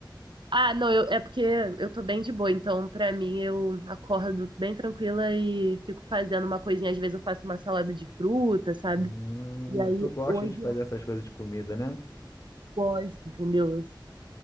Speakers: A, on the right; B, on the left.
A: Ah, não, eu, é porque eu tô bem de boa, então, pra mim, eu acordo bem tranquila e fico fazendo uma coisinha. Às vezes eu faço uma salada de fruta, sabe?
B: Hum,
A: E aí,
B: tu gosta
A: hoje
B: de fazer
A: eu
B: essas coisas de comida, né?
A: gosto, entendeu?